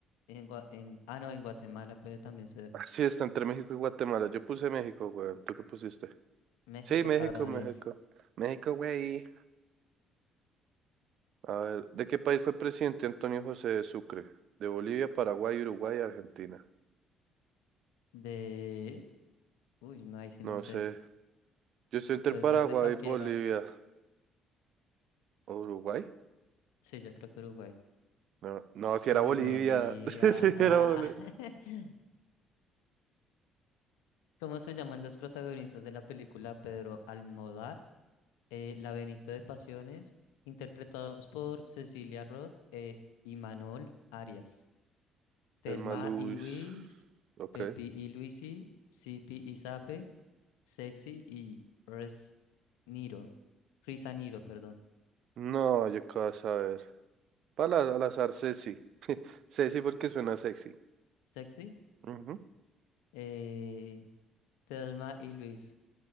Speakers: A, on the left; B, on the right.
A: en, Gua- en ah no, en Guatemala puede también ser.
B: Ah, Sí, está entre México y Guatemala. Yo puse México, weón. ¿Tú qué pusiste?
A: México,
B: Sí, México,
A: cabrones.
B: México. México, güey. A ver, ¿de qué país fue presidente Antonio José de Sucre? De Bolivia, Paraguay, Uruguay, Argentina.
A: De uy, no, ahí sí
B: No
A: no sé.
B: sé. Yo estoy entre
A: Puede
B: Paraguay,
A: ser de cualquiera.
B: Bolivia. ¿O ¿Uruguay?
A: Sí, yo creo que Uruguay.
B: No, no, si
A: Uy,
B: era Bolivia.
A: Bolivia.
B: <laughs> Si
A: Ah.
B: era Bolivia.
A: <laughs> ¿Cómo se llaman los protagonistas de la película Pedro Almodóvar? Eh, La Benito de Pasiones, interpretados por Cecilia Roth e Imanol Arias. Telma
B: El Malus.
A: y Luis,
B: Ok.
A: Pepi y Luisi, Sipi y Sape Sexy y Res Niro. Risa Niro, perdón.
B: No, yo qué vas a ver. Para al azar, Ceci. Ceci porque suena sexy.
A: Sexy.
B: Ujú.
A: Eh, Thelma y Luis.